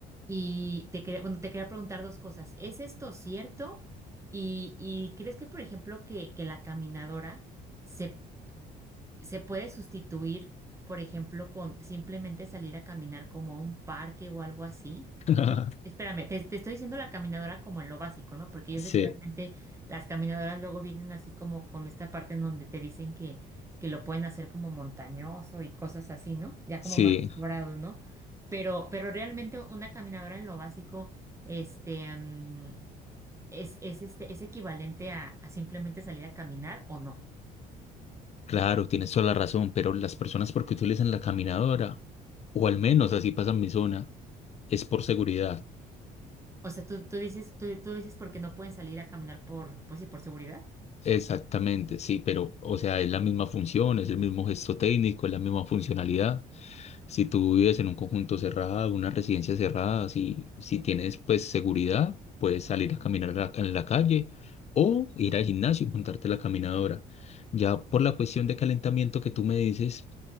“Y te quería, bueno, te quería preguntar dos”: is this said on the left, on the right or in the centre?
Right